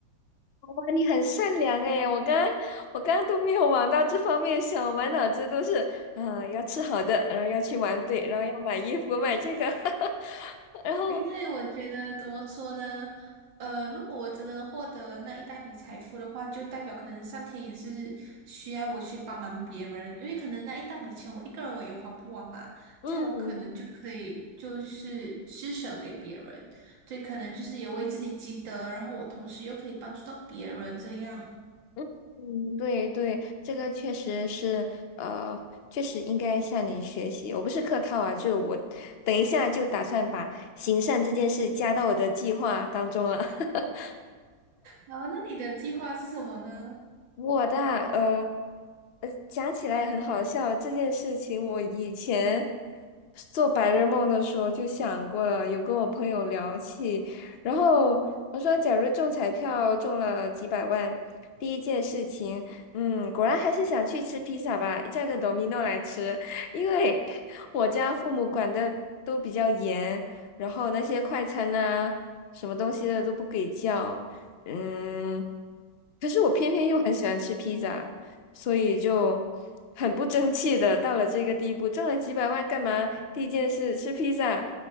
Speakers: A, on the left; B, on the right.
A: 哇，你很善良诶，我刚刚我刚刚都没有往到这方面想，我满脑子都是，啊，要吃好的，然后要去玩对，然后要买衣服，买这个，<laughs> 然后，
B: 因为我觉得怎么说呢？呃，如果我真的获得那一大笔财富的话，就代表可能上天也是需要我去帮忙别人，因为可能那一大笔钱我一个人我也花不完嘛，
A: 嗯
B: 这样我可能就可以就是施舍给别人，所以可能就是也为自己积德，然后我同时又可以帮助到别人这样。
A: 嗯嗯，对对，这个确实是，呃，确实应该向你学习。我不是客套啊，就我等一下就打算把行善这件事加到我的计划当中了。<laughs>
B: 然后那你的计划是什么呢？
A: 我的啊呃呃，讲起来也很好笑。这件事情我以前做白日梦的时候就想过了，有跟我朋友聊起。然后我说，假如中彩票中了几百万，第一件事情，嗯，果然还是想去吃披萨吧，叫个 Domino 来吃，因为我家父母管的都比较严，然后那些快餐呐、什么东西的都不给叫。嗯，可是我偏偏又很喜欢吃披萨，所以就很不争气的到了这个地步，挣了几百万干嘛？第一件事吃披萨，